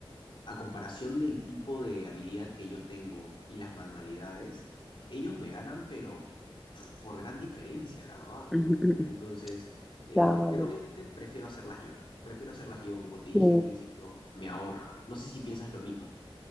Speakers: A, on the left; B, in the centre.
A: a comparación del tipo de habilidad que yo tengo y las manualidades, ellos me ganan, pero por gran diferencia, la verdad.
B: <laughs> Ujú, ujú.
A: Entonces, eh,
B: Claro.
A: pero obviamente prefiero hacerlas yo. ¿no? Prefiero hacerlas yo, como te dije
B: sí.
A: en un principio, me ahorra. No sé si piensas lo mismo.